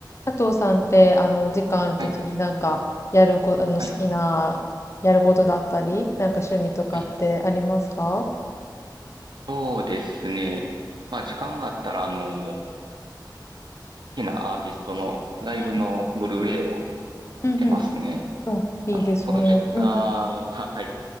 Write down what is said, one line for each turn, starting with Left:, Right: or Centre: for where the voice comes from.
Left: 佐藤さんって、あの、お時間あるときになんか、
Right: はい、
Left: やるこ、あの、好きな、
Right: はい、
Left: やることだったり、なんか趣味とかってありますか
Right: はい。そうですね。まあ、時間があったら、あの、好きなアーティストのライブのブルーレイを
Left: うんうん。うんうん。
Right: 見てますね。
Left: あ、いいですね。
Right: あの、プロジェクターが、
Left: うんうん。
Right: はい、